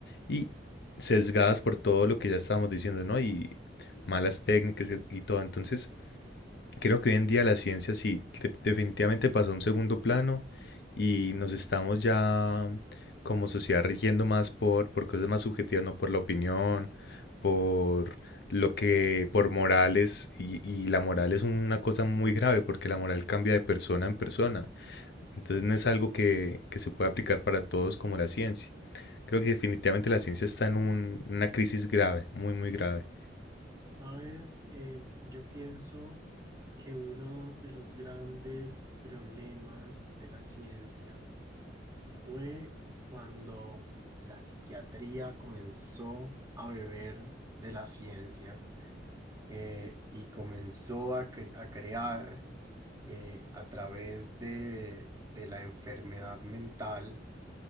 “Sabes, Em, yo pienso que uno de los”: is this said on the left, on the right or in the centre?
Right